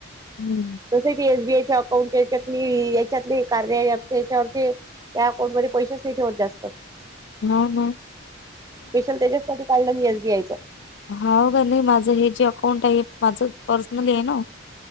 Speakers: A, on the left; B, on the right.
A: हम्म
B: तसे ती एसबीआयच्या अकाउंटच्यात याच्यातले कार्या त्याच्यावरचे त्या अकाउंट मध्ये पैशच नाही ठेवत जास्त
A: हम हम
B: स्पेशल त्याच्यासाठी काढलं मी एसबीआय चं
A: होा का नाही माझं हे जे अकाउंट आहे माझं पर्सनली आहे ना